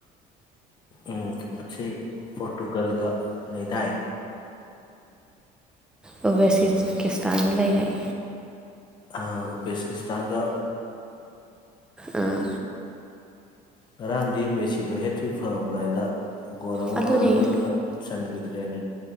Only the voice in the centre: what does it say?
ꯑꯣ ꯦꯁꯀꯤ ꯀꯤꯁꯇꯥꯟꯗ ꯂꯩ ꯍꯥꯏ
ꯑ
ꯑꯗꯨꯅꯦ